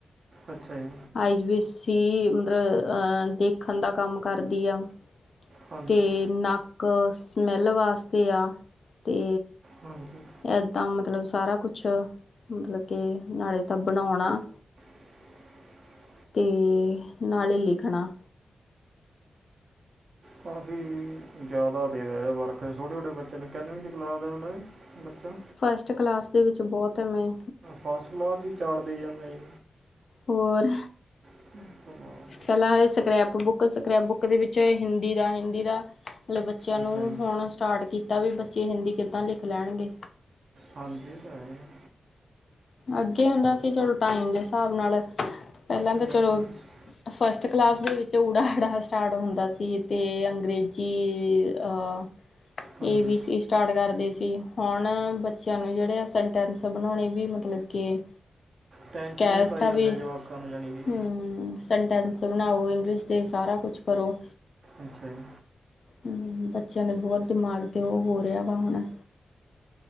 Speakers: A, on the right; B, on the left.
A: ਅੱਛਾ ਜੀ।
B: ਆਈਜ਼ ਵੀ ਸੀ ਮਤਲਬ ਅ ਦੇਖਣ ਦਾ ਕੰਮ ਕਰਦੀ ਆ।
A: ਹਾਂਜੀ
B: ਤੇ ਨੱਕ ਸਮੈੱਲ ਵਾਸਤੇ ਆ, ਤੇ
A: ਹਾਂਜੀ।
B: ਏਦਾਂ ਮਤਲਬ ਸਾਰਾ ਕੁਛ, ਮਤਲਬ ਕੇ ਨਾਲੇ ਤਾਂ ਬਣੋਣਾ
A: <unintelligible>
B: ਤੇ ਨਾਲੇ ਲਿਖਣਾ।
A: ਕਾਫੀ ਜਾਅਦਾ ਦੇ ਰਏ ਐ ਵਰਕ ਛੋਟੇ-ਛੋਟੇ ਬੱਚੇ ਨੇ ਕਿੰਨ ਵੀਂ ਦੀ ਕਲਾਸ ਦਾ ਬੱਚਾ?
B: ਫਸਟ ਕਲਾਸ ਦੇ ਵਿੱਚ ਬੋਤ ਐ ਮੈਂ
A: ਫਾਸਟ ਕਲਾਸ ਚ ਈ ਚਾਟ ਦੇਈ ਜਾਂਦੇ ਜੀ।
B: ਹੋਰ।
A: <inaudible>
B: ਪੈਲਾਂ ਹੈ, ਸਕਰੈਪ ਬੁੱਕ, ਸਕਰੈਪ ਬੁੱਕ ਦੇ ਵਿੱਚ ਹਿੰਦੀ ਦਾ, ਹਿੰਦੀ ਦਾ ਹਲੇ ਬੱਚੇਆਂ
A: ਅੱਛਾ
B: ਨੂੰ,
A: ਜੀ
B: ਹੁਣ ਸਟਾਰਟ ਕੀਤਾ ਵੇ ਬੱਚੇ ਹਿੰਦੀ ਕਿੱਦਾਂ ਲਿਖ ਲੈਨਗੇ।
A: ਹਾਂਜੀ, ਏ ਤਾਂ ਹੈ।
B: ਅੱਗੇ ਹੁੰਦਾ ਸੀ ਚਲੋ ਟਾਈਮ ਦੇ ਸਾਬ ਨਾਲ, ਪੈਲਾਂ ਤਾ
A: ਬਿਲਕੁਲ
B: ਚਲੋ।
A: ਜੀ।
B: ਫ਼ਸਟ ਕਲਾਸ ਦੇ ਵਿੱਚ ਓੜਾ-ਐੜਾ ਸਟਾਰਟ ਹੁੰਦਾ ਸੀ ਤੇ ਅੰਗਰੇਜ਼ੀ ਅਹ
A: ਹਾਂਜੀ
B: ਏ-ਬੀ-ਸੀ ਸਟਾਰਟ ਕਰਦੇ ਸੀ, ਹੁਨ ਬੱਚੇਆਂ ਨੂੰ ਜੇੜੇ ਆ ਸਨਟੈਂਸ ਬਨੋਨੇ ਵੀ ਲੱਗੇ,
A: ਟੈਨਸ਼ਨ
B: ਕੈ
A: ਹੀ
B: ਦਿੱਤਾ
A: ਪਾਈ ਜਾਂਦੇ
B: ਵੀ,
A: ਜਵਾਕਾਂ ਨੂੰ ਜਾਣੀ ਕਿ
B: ਹੂੰ। ਸਨਟੈਂਸ ਬਨਾਓ ਇੰਗਲਿਸ਼ ਦੇ ਸਾਰਾ ਕੁਛ ਕਰੋ।
A: ਅੱਛਾ ਜੀ।
B: ਹੂੰ, ਬੱਚੇਆਂ ਦੇ ਬੋਤ ਦਿਮਾਗ ਤੇ ਓ ਹੋ ਰਿਆ ਵਾ ਹੁਨ।